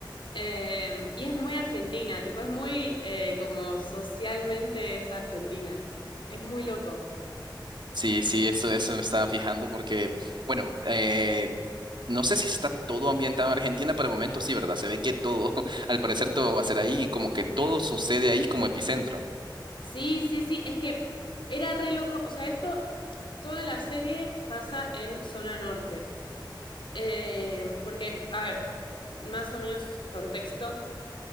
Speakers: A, on the left (about 80°); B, on the right (about 70°).
A: Em, y es muy argentina, tipo, es muy eh, como socialmente es argentina. Es muy loco.
B: Sí, sí, eso, eso me estaba fijando porque, bueno, eh, no sé si está todo ambientado en Argentina, pero de momento sí, ¿verdad? Se ve que todo, <laughs> al parecer todo va a ser ahí y como que todo sucede ahí como epicentro.
A: Sí, sí, sí, es que era re loco, o sea, esto, toda la serie pasa en zona norte. Eh, porque, a ver, más o menos contexto,